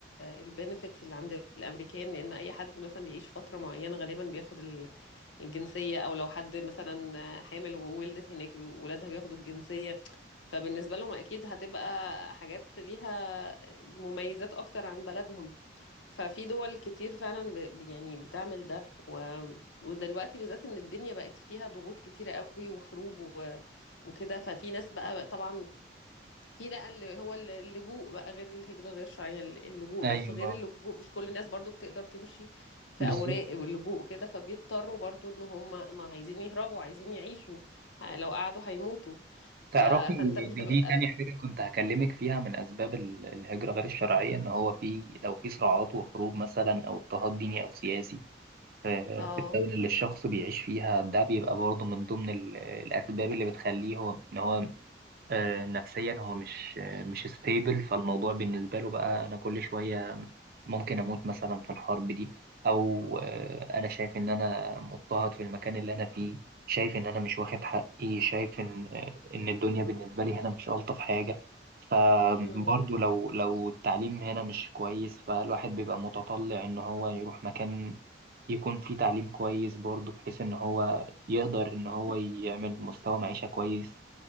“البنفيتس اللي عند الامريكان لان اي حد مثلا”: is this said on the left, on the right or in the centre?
Left